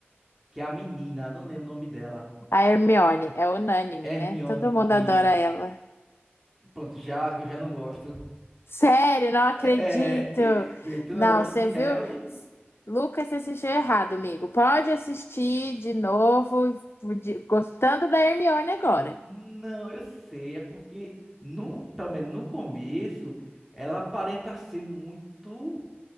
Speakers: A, in the centre; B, on the left.
A: que é a menina, eu não lembro o nome dela.
B: A Hermione é unânime,
A: Hermione,
B: né? Todo mundo
A: isso.
B: adora ela.
A: Pronto, já, eu já não gosto.
B: Sério, não acredito!
A: É, <laughs> vê, tu
B: Não,
A: não gosta
B: você
A: de Harry?
B: viu? S- Lucas, você assistiu errado, amigo. Pode assistir de novo, de- gostando da Hermione agora.
A: Não, eu sei, é porque no, pelo menos no começo ela aparenta ser muito,